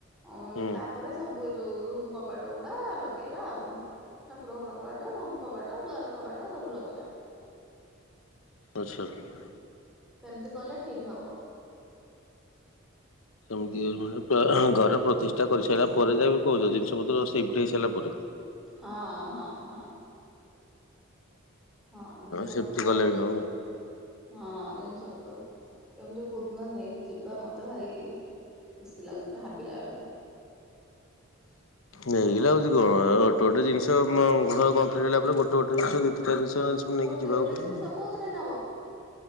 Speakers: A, in the centre; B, on the left.
A: ଓ
B: ହୁଁ।
A: ତାପରେ ସବୁ ଏ ଯୋଉ ରୁମ୍ କବାଟ ଗୁଡ଼ା ଲଗେଇବା ଆଉ। ଠାକୁର ଘର କବାଟ ରୁମ୍ କବାଟ ଦ୍ୱାର କବାଟ ସବୁ ଲଗେଇବା।
B: ଆଚ୍ଛା ‌
A: ସେମତି କଲେ ଠିକ ହବ।
B: ଏମତି ମାନେ‌ ପ୍ରାଏ ଘରେ ପ୍ରତିଷ୍ଠା କରିସାଇଲା ପରେ ଯାଇ କହୁଚ ଜିନିଷ ପତ୍ର ସିଫ୍ଟ୍ ହେଇସାଇଲା ପରେ।
A: ହଁ ହଁ ହଁ। ହଁ ଜିନିଷପତ୍ର
B: ସେମିତି କଲେ ବି ହବ।
A: ହଁ ଜିନିଷପତ୍ର। କେମତି କୋଉ ଦିନ ନେଇକି ଯିବା ମତେ ଭାରି ଖୁସି ଲାଗୁଚି ଭାବିଲା ଅଳୁକୁ।
B: ନେଇକିନା ଆଉଚି କଣ ଗୋଟେ ଜିନିଷ ମ ଘର କମ୍ପ୍ଲିଟ୍ ହେଲା ପରେ ଗୋଟେ ଗୋଟେ ଜିନିଷ ଘିତି ତା ଜିନଷ ଅଛି
A: ଆଉ
B: ନେଇକି
A: ଗୋଟେ
B: ଯିବାକୁ
A: ଗୋଟେ
B: ପଡ଼ିବ।
A: ଜିନିଷ କୋଉଥିରେ ନବ